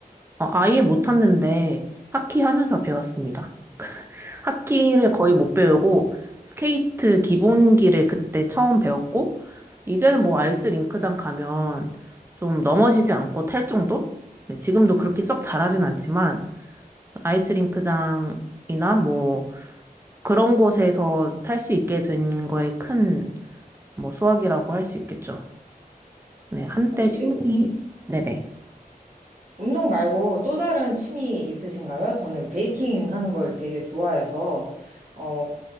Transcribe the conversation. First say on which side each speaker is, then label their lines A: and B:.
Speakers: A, on the right; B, on the right.
A: 어, 아예 못 탔는데 하키 하면서 배웠습니다. 하키를 거의 못 배우고 스케이트 기본기를 그때 처음 배웠고 이제는 뭐 아이스 링크장 가면 좀 넘어지지 않고 탈 정도? 네, 지금도 그렇게 썩 잘하진 않지만 아이스 링크장이나 뭐 그런 곳에서 탈 수 있게 된 거에 큰 뭐 수확이라고 할 수 있겠죠. 네, 한때
B: 혹시
A: 취미
B: 운-
A: 네네.
B: 운동 말고 또 다른 취미 있으신가요? 저는 베이킹 하는 걸 되게 좋아해서 어,